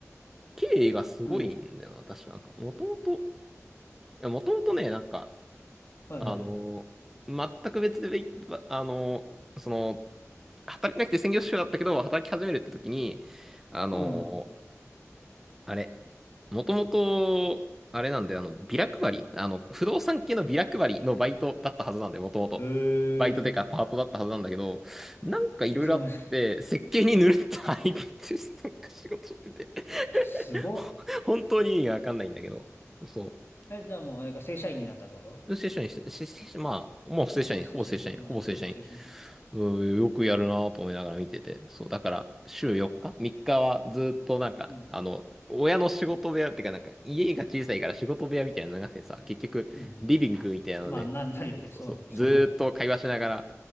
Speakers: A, in the centre; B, on the left.
A: 経緯がすごいんだよな、
B: うん。
A: 確かなんか。もともと、いや、もともとね、なんか、
B: はいはいはい。
A: あのー全く別で、べあのーその、働いてなくて専業主婦だったけど、働き始めるって時に、あのー
B: うん。
A: あれ、もともと、あれなんで、あの、ビラ配り、あの、不動産系のビラ配りのバイトだったはずなんで、もともと。
B: え
A: バイトでかパートだったはずなんだけど、
B: ー。
A: なんかいろいろあって、
B: いつの間にか。
A: 設計にぬるっと入って、なんか仕事してて、
B: <laughs> すごっ。
A: ほ本当に意味がわかんないんだけど、そう。
B: え、じゃあもうあれか、正社員になったってこと
A: 正社員、せせ正社まあ、もう正社員、
B: まあ、正正社員というか、
A: ほぼ正社員、ほぼ正社員。
B: まあ、そう、そう、正社員。
A: うーよくやるなぁと思いながら見てて。そう、だから、週4日 ?3 日はずっとなんか、
B: うん。
A: あの、親の仕事部屋ってか、なんか、家が小さいから仕事部屋みたいなのがあてさ、結局、
B: うん。
A: リビングみたいなので、
B: まあ、な、なるよね。
A: そうそうそう、
B: そう、そうな
A: ずーっと会話しながら、